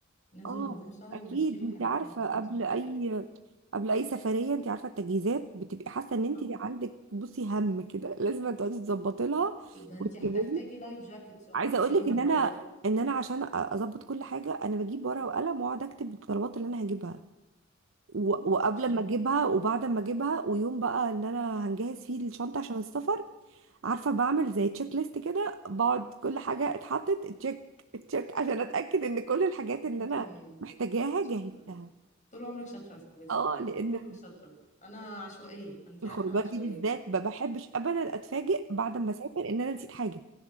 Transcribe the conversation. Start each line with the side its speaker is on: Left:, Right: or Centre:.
Left: ننزل
Right: اه
Left: نروحوا سوا
Right: اكيد
Left: ونشتري
Right: انت
Left: الحاجات
Right: عارفه
Left: اللي انت اللي
Right: قبل
Left: انت محتاجاها
Right: اي قبل اي سفريه انت عارفه التجهيزات بتبقي حاسه ان انت
Left: اه
Right: عندك بصي هم كده <laughs> لازم تقعدي تظبطي لها
Left: ده انت
Right: وتكتبي
Left: هتحتاجي لايف جاكيتس وهتحتاجي
Right: عايزه اقول لك
Left: النضارات
Right: ان انا ان انا عشان أ- اظبط كل حاجه انا بجيب ورقه وقلم واقعد اكتب الطلبات اللي انا هجيبها و-
Left: اه
Right: وقبل
Left: عشان
Right: ما اجيبها وبعد ما اجيبها ويوم بقى ان انا هنجهز فيه الشنطه عشان السفر عارفه بعمل زي تشيك ليست كده بقعد كل حاجه اتحطت تشيك تشيك عشان اتاكد ان كل الحاجات
Left: انت
Right: اللي انا محتاجاها
Left: شاطره
Right: جاهزة
Left: طول عمرك شاطره يا صاحبتي
Right: اه
Left: والله
Right: لان
Left: طول عمرك شاطره انا عشوائيه انت
Right: الخروجات
Left: عارفه انا عشوائيه
Right: دي بالذات ما بحبش ابدا اتفاجئ بعد ما اسافر ان انا نسيت حاجه